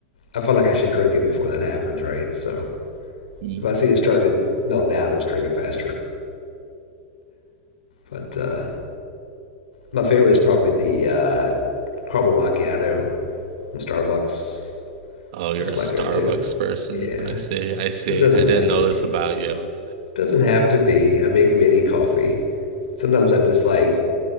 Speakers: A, on the left; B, on the right.
A: I feel like I should drink it before that happens, right? So
B: Mm.
A: if I see it starting to melt down, I just drink it faster. But uh, my favorite is probably the uh, caramel macchiato from Starbucks.
B: Oh, you're
A: That's
B: a
A: my
B: Starbucks
A: go-to.
B: person.
A: Yeah,
B: I see. I see.
A: but it doesn't
B: I
A: have
B: didn't
A: to
B: know
A: be.
B: this about you.
A: Doesn't have to be. I make mini coffee. Sometimes I just like